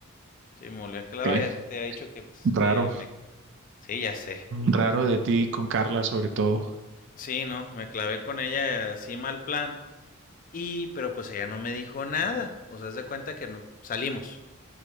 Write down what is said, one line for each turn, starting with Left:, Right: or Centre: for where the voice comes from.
Left: Sí, me volví a clavar,
Right: Ok,
Left: ya es que te había dicho que pues
Right: raro.
Left: me, me... Sí, ya sé.
Right: Raro de ti con Carla sobre todo.
Left: Sí, no, me clavé con ella así mal plan. Y, pero pues ella no me dijo nada. O sea, haz de cuenta que no, salimos.